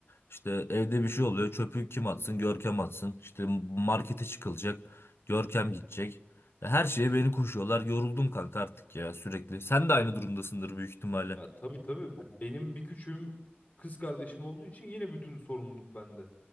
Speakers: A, on the left; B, on the left.
A: İşte evde bir şey oluyor. Çöpü kim atsın? Görkem atsın. İşte markete çıkılacak. Görkem gidecek. E, Her şeye beni koşuyorlar. Yoruldum kanka artık ya sürekli. Sen de aynı durumdasındır büyük ihtimalle.
B: Ya tabii tabii benim bir küçüğüm kız kardeşim olduğu için yine bütün sorumluluk bende.